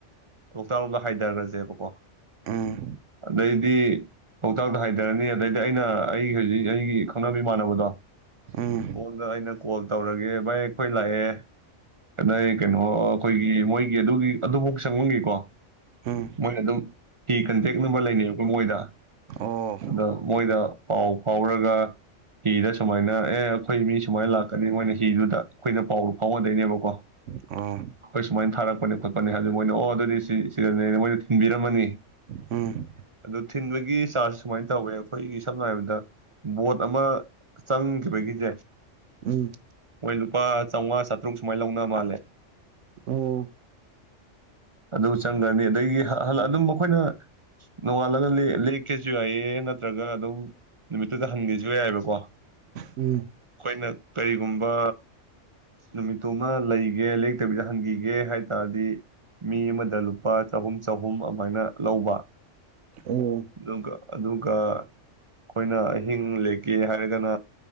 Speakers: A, on the right; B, on the right.
A: ꯂꯣꯛꯇꯥꯛꯔꯣꯝꯗ ꯍꯥꯏꯊꯔꯁꯦꯕꯀꯣ
B: ꯎꯝ
A: ꯑꯗꯩꯗꯤ ꯂꯧꯇꯥꯛꯇ ꯍꯥꯏꯊꯔꯅꯤ ꯑꯗꯩꯗꯤ ꯑꯩꯅ ꯑꯩꯒꯤ ꯍꯧꯖꯤꯛ ꯑꯩꯒꯤ ꯈꯪꯅꯕ ꯏꯃꯥꯟꯅꯕꯗꯣ
B: ꯎꯝ
A: ꯃꯉꯣꯟꯗ ꯏꯩꯅ ꯀꯣꯜ ꯇꯧꯔꯒꯦ ꯚꯥꯏ ꯑꯩꯈꯣꯏ ꯂꯥꯛꯑꯦ ꯑꯗꯩꯩ ꯀꯩꯅꯣ ꯑꯩꯈꯣꯏꯒꯤ ꯑꯗꯨꯒꯤ ꯑꯗꯨꯕꯨꯛ ꯆꯪꯉꯝꯈꯤꯀꯣ
B: ꯎꯝ
A: ꯃꯣꯏ ꯑꯗꯨꯝ ꯀꯤ ꯀꯟꯇꯦꯛ ꯅꯝꯕꯔ ꯂꯩꯅꯩꯕꯀꯣ ꯃꯣꯏꯗ
B: ꯑꯣ
A: ꯑꯗ ꯃꯣꯏꯗ ꯄꯥꯎ ꯐꯥꯎꯔꯒ ꯍꯤꯗ ꯁꯨꯃꯥꯏꯅ ꯑꯦ ꯑꯩꯈꯣꯏ ꯃꯤ ꯁꯨꯃꯥꯏꯅ ꯂꯥꯛꯀꯅꯤ ꯃꯣꯏꯅ ꯍꯤꯗꯨꯗ ꯑꯩꯈꯣꯏꯅ ꯄꯥꯎꯗꯨ ꯐꯥꯎꯅꯗꯣꯏꯅꯦꯕꯀꯣ
B: ꯑꯣ
A: ꯑꯩꯈꯣꯏ ꯁꯨꯃꯥꯏꯅ ꯊꯥꯔꯛꯄꯅꯦ ꯈꯣꯠꯄꯅꯦ ꯍꯥꯏ ꯃꯣꯏꯅ ꯑꯣ ꯑꯗꯨꯗꯤ ꯁꯤ ꯁꯤꯗꯅꯦꯅ ꯃꯣꯏꯗ ꯊꯤꯟꯕꯤꯔꯝꯃꯅꯤ
B: ꯎꯝ
A: ꯑꯗꯨ ꯊꯤꯟꯕꯒꯤ ꯆꯥꯔꯖ ꯁꯨꯃꯥꯏꯅ ꯇꯧꯋꯦ ꯑꯩꯈꯣꯏꯒꯤ ꯁꯝꯅ ꯍꯥꯏꯔꯕꯗ ꯕꯣꯠ ꯑꯃ ꯆꯪꯈꯤꯕꯒꯤꯁꯦ
B: ꯎꯝ
A: ꯃꯣꯏ ꯂꯨꯄꯥ ꯆꯧꯉꯥ ꯆꯇ꯭ꯔꯨꯛ ꯁꯨꯃꯥꯏꯅ ꯂꯧꯅꯕ ꯃꯥꯜꯂꯦ
B: ꯑꯣ
A: ꯑꯗꯨ ꯆꯪꯒ꯭ꯔꯅꯤ ꯑꯗꯒꯤ ꯑꯗꯨꯝ ꯑꯩꯈꯣꯏꯅ ꯅꯣꯡꯉꯥꯜꯂꯒ ꯂꯦꯛꯀꯦꯁꯨ ꯌꯥꯏꯌꯦ ꯅꯠꯇ꯭ꯔꯒ ꯑꯗꯨꯝ ꯅꯨꯃꯤꯠꯇꯨꯗ ꯍꯟꯒꯦꯁꯨ ꯌꯥꯏꯑꯕꯀꯣ
B: ꯎꯝ
A: ꯑꯩꯅ ꯀꯔꯤꯒꯨꯝꯕ ꯅꯨꯃꯤꯠꯇꯨꯃ ꯂꯩꯒꯦ ꯍꯤꯗ ꯍꯟꯈꯤꯒꯦ ꯍꯥꯏ ꯇꯥꯔꯗꯤ ꯃꯤ ꯑꯃꯗ ꯂꯨꯄꯥ ꯆꯍꯨꯝ ꯆꯍꯨꯝ ꯑꯗꯨꯃꯥꯏꯅ ꯂꯧꯕ
B: ꯑꯣ
A: ꯑꯗꯨꯒ ꯑꯗꯨꯒ ꯑꯩꯈꯣꯏꯅ ꯑꯍꯤꯡ ꯂꯦꯛꯀꯦ ꯍꯥꯏꯔꯒꯅ